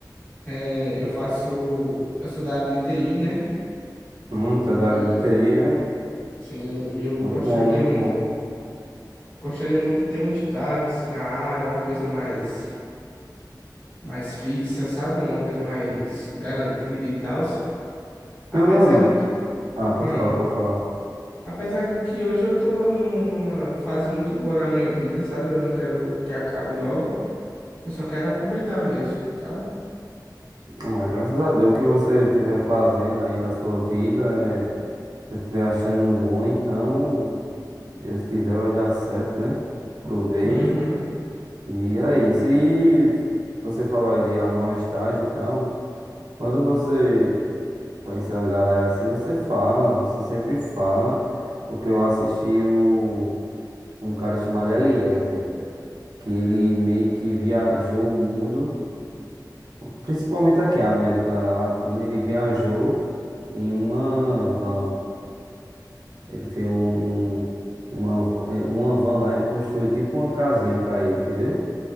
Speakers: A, on the left; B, on the right.
A: é, eu faço, eu sou da área de TI, né?
B: Hum, tá da
A: E
B: área de TI, é
A: sim, e eu
B: muito
A: gostaria
B: bom, muito
A: muito,
B: bom.
A: gostaria muito de ter um estágio assim na área, uma coisa mais mais fixa, sabe? Uma coisa mais garantida e tal. Apesar
B: Meu mano,
A: de que,
B: ah, pode
A: ah,
B: falar, pode falar.
A: Apesar que que hoje eu tô num- numa fase muito boa na minha vida, sabe? Eu não quero que acabe logo. Eu só quero aproveitar mesmo, sabe?
B: Hum, é, graças a Deus o que você estiver fazendo aí da sua vida é Se você estiver achando um bom, então, Deus quiser, vai dar certo, né? Aproveite.
A: Uhum.
B: E aí, se você falou aí de arrumar um estágio e tal, quando você conhecer a galera assim, você fala, você sempre fala, porque eu assisti o, um cara chamado Eliezer, que ele meio que viajou o mundo, principalmente aqui, a América Latina, ele viajou em uma van. Ele fez um, um- uma, van- ele- uma van lá, ele construiu tipo uma casinha pra ele, entendeu?